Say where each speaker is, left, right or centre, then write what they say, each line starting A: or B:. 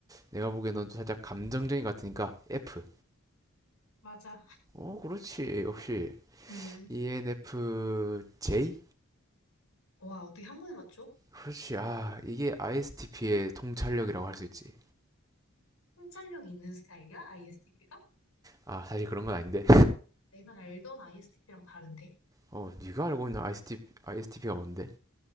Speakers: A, on the right; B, on the left.
A: 내가 보기엔 넌 살짝 감정적인 것 같으니까 F.
B: 맞아.
A: 어 그렇지 역시
B: 응.
A: ENFJ?
B: 와, 어떻게 한 번에 맞춰?
A: 그렇지 아 이게 ISTP의 통찰력이라고 할 수 있지.
B: 통찰력 있는 스타일이야? ISTP가?
A: 아 사실 그런 건 아닌데.
B: 내가 알던 ISTP랑 다른데?
A: 어, 네가 알고 있는 ISTP, ISTP가 뭔데?